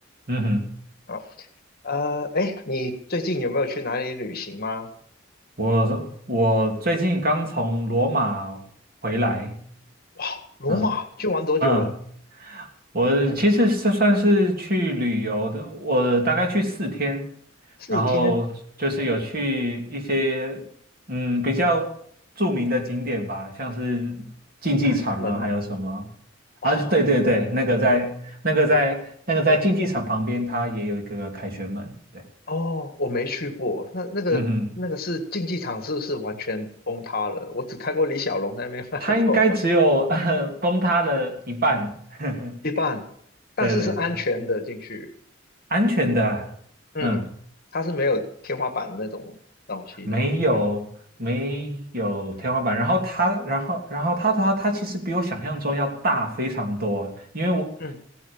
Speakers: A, on the right; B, on the left.
A: 嗯哼，
B: 好，呃，哎，你最近有没有去哪里旅行吗？
A: 我我最近刚从罗马回来，
B: 哇，罗马去玩多久了？
A: 嗯嗯，我其实是算是去旅游的，我大概去四天，
B: 四天？
A: 然后就是有去一些嗯比较著名的景点吧，像是竞技场啊，
B: 凯旋门吗？
A: 还有什么
B: 哦
A: 啊？对对对，那个在那个在那个在竞技场旁边，它也有一个凯旋门，对，
B: 哦，我没去过。那那个那个是竞技场，
A: 嗯哼。
B: 是不是完全崩塌了？我只看过李小龙在那边翻过
A: 它应该只有呃崩塌了一半。<laughs>
B: <laughs> 一半，但是是安全的进去。
A: 对对对，安全的啊嗯，
B: 嗯，它是没有天花板那种东西的嘛。
A: 没有没有天花板。然后它，然后然后它它它其实比我想象中要大非常多，因为我
B: 嗯，